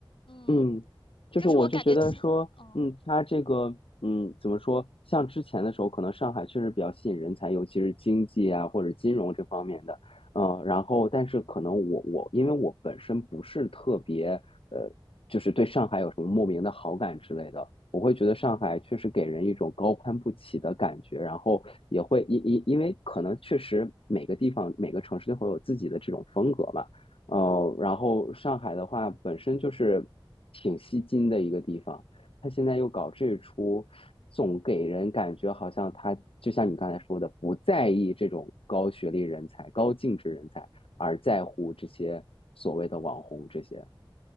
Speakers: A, on the left; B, on the left.
A: 嗯，
B: 嗯，就是我就觉得说，
A: 就是我感觉，嗯
B: 嗯，它这个，嗯，怎么说？像之前的时候，可能上海确实比较吸引人才，尤其是经济啊或者金融这方面的，嗯，然后但是可能我我因为我本身不是特别，呃，就是对上海有什么莫名的好感之类的。我会觉得上海确实给人一种高攀不起的感觉，
A: 嗯。
B: 然后也会因因因为可能确实每个地方每个城市都会有自己的这种风格嘛，呃，然后上海的话本身就是挺吸金的一个地方，他现在又搞这出，总给人感觉好像他就像你刚才说的，不在意这种高学历人才、高净值人才，而在乎这些所谓的网红这些。